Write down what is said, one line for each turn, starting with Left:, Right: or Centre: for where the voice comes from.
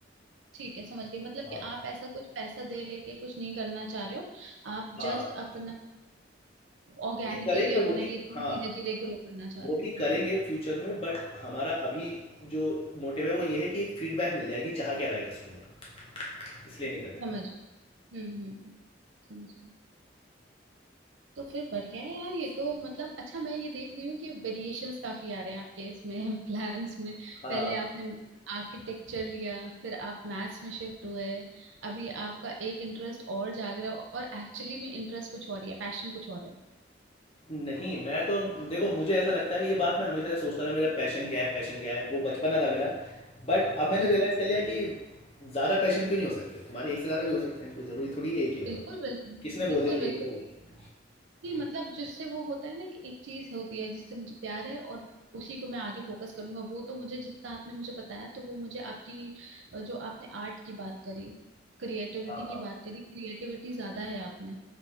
Right: ठीक है समझ गई मतलब
Left: हाँ,
Right: कि आप ऐसा कुछ पैसा दे लेके कुछ नहीं करना चाह रहे हो आप
Left: हाँ।
Right: जस्ट अपना ऑर्गेनिकली
Left: नहीं करेंगे
Right: अपना
Left: वो भी
Right: ये चीज
Left: हाँ
Right: धीरे धीरे ग्रो करना चाह
Left: वो
Right: रहे
Left: भी करेंगे
Right: हो
Left: फ्यूचर में बट हमारा अभी जो मोटिव है वो ये है कि एक फीडबैक मिल जाएगी चाह क्या रहा है कस्टमर इसलिए नहीं कर रहे
Right: समझ
Left: हैं
Right: हम्म हम्म हम्म, समझ गई। तो फिर बढ़िया है यार ये तो मतलब अच्छा मैं ये देख रही हूँ कि वेरिएशंस काफी आ रहे हैं आपके इसमें <laughs> प्लान्स में
Left: हाँ
Right: पहले आपने आर्किटेक्चर लिया फिर आप मैथ्स में शिफ्ट हुए अभी आपका एक इंटरेस्ट और जाग रहा है और एक्चुअली में इंटरेस्ट कुछ और ही है पैशन कुछ और है
Left: नहीं मैं तो देखो मुझे ऐसा लगता है ये बात मैं हमेशा से सोचता था मेरा पैशन क्या है पैशन क्या है वो बचपना था मेरा बट अब मैंने
Right: हम्म,
Left: रियलाइज़ कर लिया कि ज़्यादा पैशन क्यों नहीं हो सकते तुम्हारे एक से ज़्यादा भी हो सकते हैं कोई ज़रूरी थोड़ी है एक ही होगा
Right: बिल्कुल बिल्कुल
Left: किसने
Right: बिल्कुल
Left: बोल दिया
Right: बिल्कुल
Left: एक ही होगा
Right: नहीं मतलब जिससे वो होता है ना कि एक चीज होती है जिससे मुझे प्यार है और उसी को मैं आगे फोकस करूंगा वो तो मुझे जितना आपने मुझे बताया तो वो मुझे आपकी अ, जो आपने आर्ट की बात करी क्रिएटिविटी
Left: हाँ हाँ
Right: की बात करी क्रिएटिविटी ज्यादा है आपने